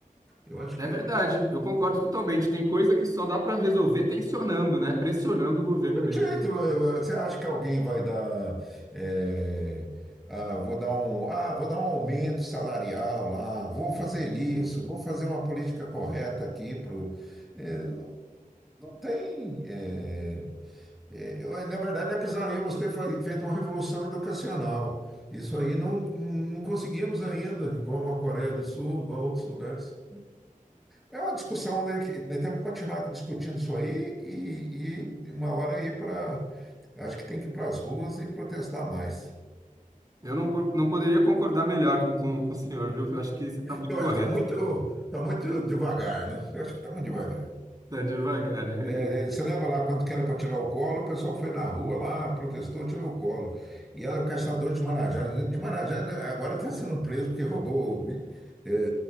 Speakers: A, in the centre; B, on the right.
A: Eu acho
B: É
A: que
B: verdade, eu concordo totalmente. Tem coisa que só dá para resolver tensionando, né? Pressionando o governo
A: Tem
B: mesmo.
A: jeito, você acha que alguém vai dar, é, ah, vou dar um, ah, vou dar um aumento salarial lá, vou fazer isso, vou fazer uma política correta aqui pro, é, não tem, é, é, eu- na verdade, nós precisaríamos ter fa- feito uma revolução educacional. Isso aí não, não conseguimos ainda, igual a Coreia do Sul, igual a outros lugares. É uma discussão, né? Que, né, temos que continuar discutindo isso aí e, e uma hora ir para. Acho que tem que ir para as ruas e protestar mais.
B: Eu não, po- não poderia concordar melhor com, com, com o senhor, viu? Eu Acho que você está muito
A: Eu
B: correto.
A: acho que está muito, tá muito devagar, né? Eu acho que está muito devagar.
B: Tá devagar. <laughs>
A: É, é, você lembra lá quando que era para tirar o colo, o pessoal foi na rua lá, protestou, tirou o colo. E era o caçador de Marajá. De Marajá, né, agora está sendo preso porque roubou vi- é,